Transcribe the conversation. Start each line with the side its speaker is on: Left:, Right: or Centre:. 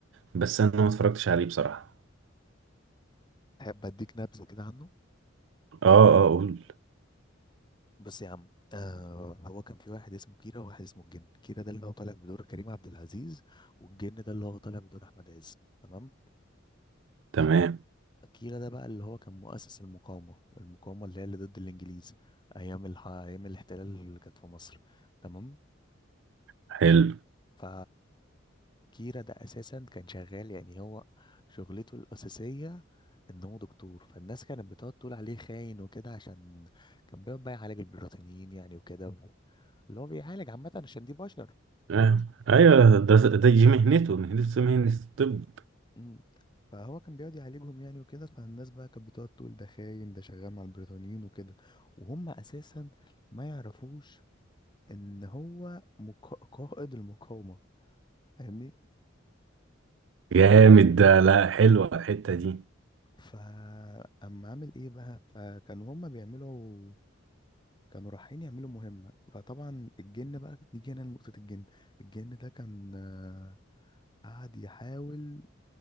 Right: بس انا ما اتفرجتش عليه بصراحة
Left: تحب اديك نبذه كده عنه
Right: اه اه قول
Left: بس يا عم آه هو كان في واحد اسمه كيرة وواحد اسمه الجن كيرة ده اللي هو طالع بدور كريم عبد العزيز والجن ده اللي هو طالع بدور أحمد عز تمام
Right: تمام
Left: كيرة ده بقى اللي هو كان مؤسس المقاومة المقاومة اللي هي اللي ضد الإنجليز أيام الح... أيام الاحتلال اللي كانت في مصر تمام
Right: حلو
Left: ف كيرة ده أساسا كان شغال يعني هو شغلته الأساسية إن هو دكتور فالناس كانت بتقعد تقول عليه خاين وكده عشان كان بيقعد بقى يعالج البريطانيين يعني وكده اللي هو بيعالج عامة عشان دي بشر
Right: آه. ايوه ده ده دي مهنته مهنته مهنة الطب
Left: مم. فهو كان بيقعد يعالجهم يعني وكده فالناس بقى كانت بتقعد تقول ده خاين ده شغال مع البريطانيين وكده وهم اساسا ما يعرفوش ان هو مقا... قائد المقاومة فاهمني
Right: جامد ده لا حلوة الحتة دي
Left: فاما عامل ايه بقى فكانوا هم بيعملوا كانوا رايحين يعملوا مهمة فطبعا الجن بقى نيجي هنا لنقطة الجن الجن ده كان آه، قعد يحاول